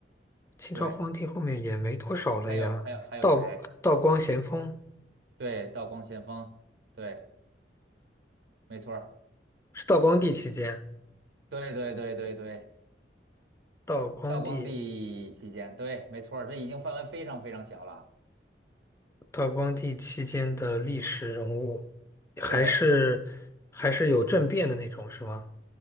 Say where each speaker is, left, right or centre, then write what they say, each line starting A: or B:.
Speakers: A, on the left (about 15°); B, on the right (about 85°).
A: 清朝皇帝后面也没多少了呀。
B: 对，还有还有还有谁？
A: 道道光咸丰
B: 对，道光咸丰，对，没错儿
A: 是道光帝期间。
B: 对对对对对，
A: 道光帝，
B: 道光帝期间，对，没错儿这已经范围非常非常小了，
A: 道光帝期间的历史人物，还是还是有政变的那种，
B: 对。
A: 是吗？